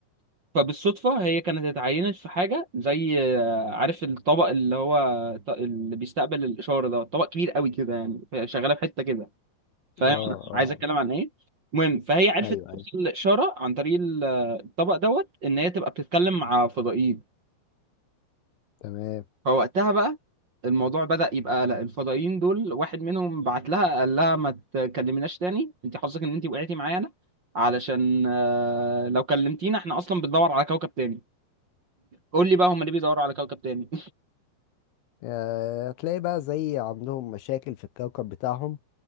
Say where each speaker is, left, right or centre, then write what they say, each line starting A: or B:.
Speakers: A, on the right (about 30°); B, on the left (about 80°).
A: فبالصدفة هي كانت اتعينت في حاجة زي آه، عارف الطبق اللي هو ط- اللي بيستقبل الإشارة ده طبق كبير قوي كده يعني فهي شغالة في حتة كده فاهم
B: اه
A: أنا
B: اه
A: عايز أتكلم عن إيه المهم فهي عرفت
B: ايوه
A: توصل
B: ايوه
A: الإشارة عن طريق ال- الطبق دوت إن هي تبقى بتتكلم مع فضائيين
B: تمام
A: فوقتها بقى الموضوع بدأ يبقى لا الفضائيين دول واحد منهم بعت لها قال لها ما تكلمناش تاني انت حظك ان انت وقعتي معانا علشان آه، لو كلمتينا احنا اصلا بندور على كوكب تاني قول لي بقى هم ليه بيدوروا على كوكب تاني
B: آه، هتلاقي بقى زي عندهم مشاكل في الكوكب بتاعهم